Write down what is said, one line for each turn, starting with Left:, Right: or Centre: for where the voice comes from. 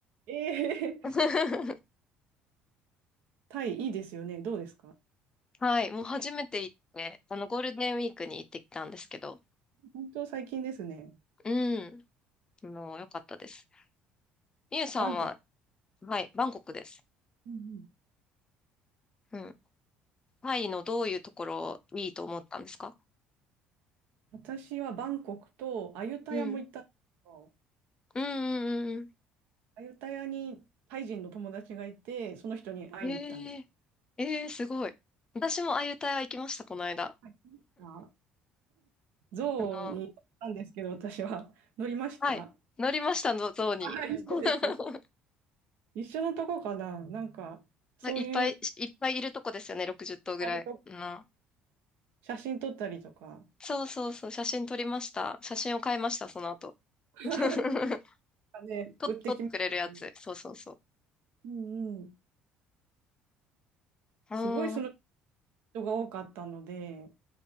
Right: ええー
Left: <laughs>
Right: タイいいですよね。どうですか
Left: はい、もう初めて行って、あの、ゴールデンウィークに行ってきたんですけど、
Right: 本当最近ですね。
Left: うん、あの、良かったです。みゆさんは、
Right: バンコク。
Left: はい、バンコクです。
Right: うんうん
Left: うん。タイのどういうところいいと思ったんですか
Right: 私はバンコクとアユタヤも行ったんですけど、
Left: うん。うんうんうんう
Right: アユタヤにタイ人の友達がいて、その人に会いに行ったんです。
Left: ん。ええええすごい。私もあゆタヤ行きました、この間。
Right: はい。あゾウに乗ったんですけど、
Left: あの、
Right: 私は乗りました
Left: はい、乗りましたの、象に。
Right: はい一緒です。
Left: <laughs>
Right: 一緒のとこかななんか、そういう、
Left: いっぱい、いっぱいいるとこですよね、60頭ぐらい。
Right: あると
Left: うん。
Right: 写真撮ったりとか、
Left: そうそうそう、写真撮りました。写真を買いました、その後。
Right: <laughs>
Left: <laughs>
Right: ね、
Left: と、
Right: 売ってきますよね。
Left: 取ってくれるやつ。そうそうそ
Right: うんうん。
Left: う。
Right: すごいその
Left: うーん
Right: 人が多かったので、